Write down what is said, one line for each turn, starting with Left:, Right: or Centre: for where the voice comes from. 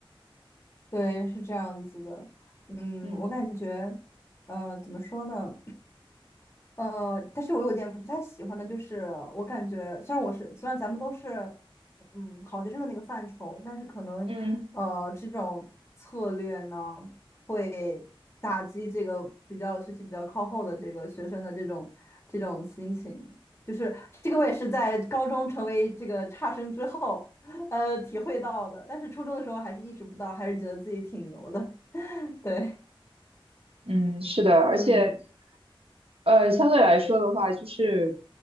Left: 对，是这样子的。嗯，
Right: 嗯
Left: 我感觉，呃，怎么说呢？呃，但是我有点不太喜欢的就是，我感觉虽然我是虽然咱们都是，嗯，好学生的那个范畴，但是可能，
Right: 嗯
Left: 呃，这种策略呢，会打击这个比较学习比较靠后的这个学生的这种这种心情。就是这个，我也是在高中成为这个差生之后，呃，体会到的。但是初中的时候还是意识不到，还是觉得自己挺牛的。<laughs> 对，
Right: 嗯，是的，而且
Left: 嗯
Right: 呃相对来说的话，就是